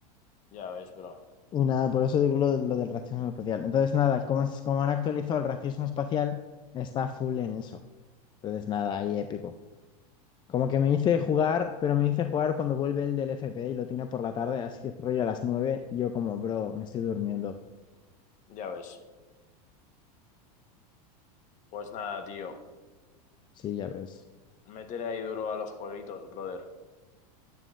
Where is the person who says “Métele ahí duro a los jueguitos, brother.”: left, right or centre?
Left